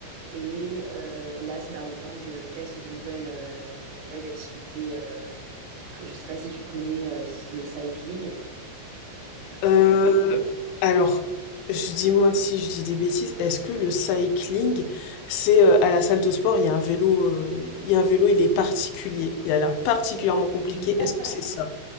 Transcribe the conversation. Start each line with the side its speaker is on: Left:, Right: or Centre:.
Right: et euh, là, ces derniers temps, je teste des nouvelles, euh, des nouvelles activités. euh, que je sais pas si tu connais euh, le cycling.
Left: Euh,
Right: Euh,
Left: alors, je dis-moi si je dis des bêtises, est-ce que le cycling, c'est euh, à la salle de sport, il y a un vélo, euh, il y a un vélo, il est particulier, il a l'air particulièrement compliqué,
Right: <laughs>
Left: est-ce que c'est ça?